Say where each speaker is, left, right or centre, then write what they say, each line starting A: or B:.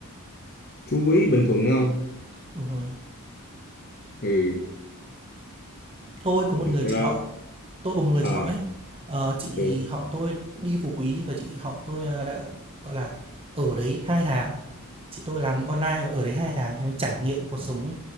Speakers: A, on the left (about 45°); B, on the right (about 25°).
A: Phú Quý Bình Thuận không
B: Đúng rồi.
A: ừ
B: Tôi có một
A: thật
B: người
A: ra
B: chị họ, tôi có một người chị
A: à
B: họ ấy. Ờ, chị
A: ừ.
B: họ tôi đi Phú Quý và chị họ tôi, à, đã, gọi là, ở đấy 2 tháng. Chị tôi làm online và ở đấy 2 tháng, kiểu, trải nghiệm cuộc sống,